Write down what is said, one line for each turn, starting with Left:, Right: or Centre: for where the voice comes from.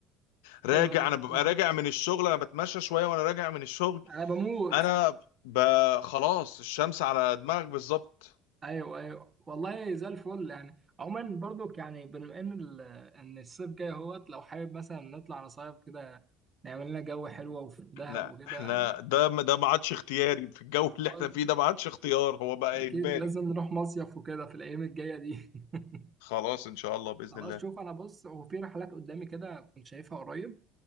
Left: راجع
Right: ايوه ايوه
Left: انا ببقى
Right: فعلاً.
Left: راجع من الشغل انا بتمشى شويه وانا راجع من الشغل
Right: انا بموت
Left: انا ب... خلاص الشمس على دماغك بالظبط
Right: ايوه ايوه والله زي الفل يعني عموما برضو يعني بما ان ال- ان الصيف جاي اهوت لو حابب مثلا نطلع نصيف كده نعمل لنا جو حلو وفي دهب
Left: احنا
Right: وكده
Left: احنا
Right: يعني
Left: ده ما- ده ما عادش اختياري في الجو اللي
Right: خلاص
Left: احنا فيه ده ما عادش اختيار هو بقى
Right: اكيد
Left: اجباري
Right: لازم نروح مصيف وكده في الايام الجايه دي <laughs>
Left: خلاص ان شاء الله باذن
Right: خلاص
Left: الله
Right: شوف انا بص هو في رحلات قدامي كده كنت شايفها قريب